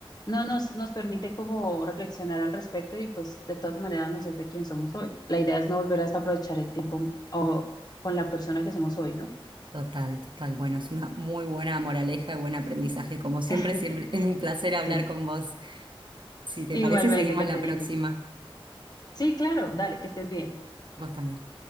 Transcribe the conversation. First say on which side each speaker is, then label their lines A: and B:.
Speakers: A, on the left; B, on the right.
A: no nos, nos permite como reflexionar al respecto y pues de todas maneras nos hace quien somos hoy. La idea es no volver a desaprovechar el tiempo o, con la persona que somos hoy, ¿no?
B: total, total. Bueno, es una muy buena moraleja y buen aprendizaje. Como siempre,
A: <laughs>
B: siempre <laughs> es un placer hablar
A: Sí.
B: con vos. Si te
A: Igualmente,
B: parece, seguimos
A: Caterina.
B: la próxima.
A: Sí, claro, dale, que estés bien.
B: Vos también.